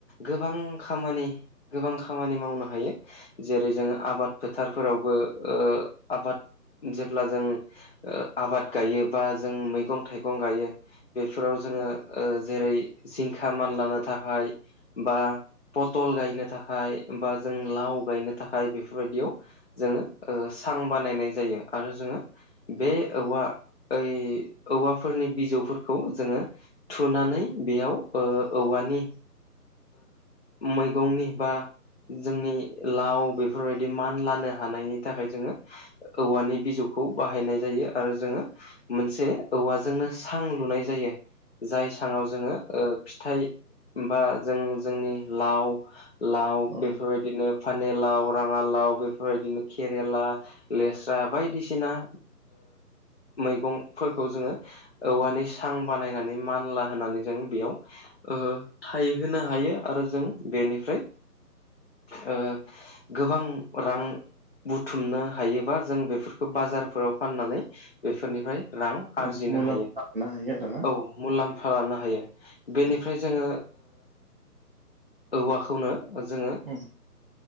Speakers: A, on the left; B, on the right.
A: गोबां खामानि गोबां खामानि मावनो हायो जेरै जोङो आबाद फोथारफोरावबो आबाद जेब्ला जों आबाद गायो बा जों मैगं मैगं गायो बेफोराव जोङो जेरै जिंखा मानलानो थाखाय बा पथल गायनो थाखाय बा जों लाव गायनो थाखाय बेफोरबायदियाव जोङो सां बानायनाय जायो आरो जोङो बे औवा ओइ औवाफोरनि बिजौफोरखौ जोङो थुनानै बेयाव औवानि मैगंनि बा जोंनि लाव बेफोरबायदि मान लानो हानायनि थाखाय जोङो औवानि बिजौखौ बाहायनाय जायो आरो जोङो मोनसे औवाजोंनो सां लुनाय जायो। जाय साङाव जोङो फिथाइ बा जों जोंनि लाव लाव
B: औ
A: बेफोरबायदिनो फानि लाव राङा लाव बेफोरबायदिनो खेरेला लेस्रा बायदिसिना मैगंफोरखौ जोङो औवानि सां बानायनानै मानला होनानै जों बेयाव थाइहोनो हायो आरो जों बेनिफ्राय गोबां रां बुथुमनो हायोबा जों बेफोरखौ बाजारफोराव फाननानै बेफोरनिफ्राय रां आरजिनो
B: गोबां मुलाम्फा
A: हायो
B: लानो हायो आरोना
A: औ मुलाम्फा लानो हायो बेनिफ्राय
B: औ
A: जोङो औवाखौनो जोङो
B: उम